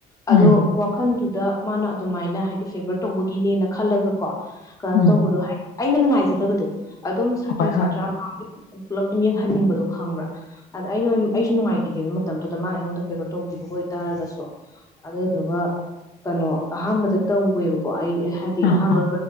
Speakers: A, on the left (about 20°); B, on the left (about 70°).
A: ꯑꯗꯣ
B: ꯎꯝ
A: ꯋꯥꯈꯜꯗꯨ ꯗ ꯃꯥꯅ ꯑꯗꯨꯃꯥꯏꯅ ꯍꯥꯏꯗꯤ ꯐꯦꯚꯔ ꯇꯧꯕꯒꯤꯅꯦꯅ ꯈꯜꯂꯒ ꯀꯣ ꯀꯩꯅꯣ
B: ꯎꯝ
A: ꯇꯧꯕꯗꯣ ꯍꯥꯏꯗꯤ ꯑꯩꯅ ꯅꯨꯡꯉꯥꯏꯖꯗꯕꯗꯣ ꯑꯗꯨꯝ ꯁꯥꯇ꯭ꯔꯩ
B: ꯍꯣꯏ
A: ꯁꯥꯇ꯭ꯔꯥ
B: ꯍꯣꯏ
A: ꯑꯝꯍꯥꯅꯤ ꯄꯨꯂꯞ ꯑꯗꯨꯝ ꯌꯦꯡꯍꯟꯅꯤꯡꯕꯗꯣ ꯈꯪꯕ꯭ꯔꯥ ꯑꯗ ꯑꯩꯅ ꯑꯩꯁꯨ ꯅꯨꯡꯉꯥꯏꯈꯤꯗꯦꯕ ꯃꯇꯝꯗꯨꯗ ꯃꯥ ꯑꯩꯉꯣꯟꯗ ꯐꯦꯕꯔ ꯇꯧꯈꯤꯕꯒ ꯑꯣꯏꯇꯥꯔꯒꯁꯨ ꯑꯗꯨꯗꯨꯒ ꯀꯩꯅꯣ ꯑꯍꯥꯟꯕꯗ ꯇꯧꯋꯦꯕ ꯀꯣ ꯑꯩ ꯀꯣ ꯍꯥꯏꯗꯤ
B: ꯑꯥ
A: ꯑꯍꯥꯟꯕ
B: ꯑꯥ